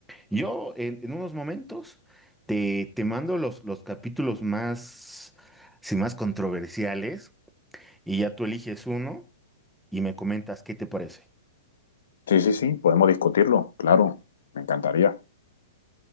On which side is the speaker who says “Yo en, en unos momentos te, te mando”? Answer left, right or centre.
Centre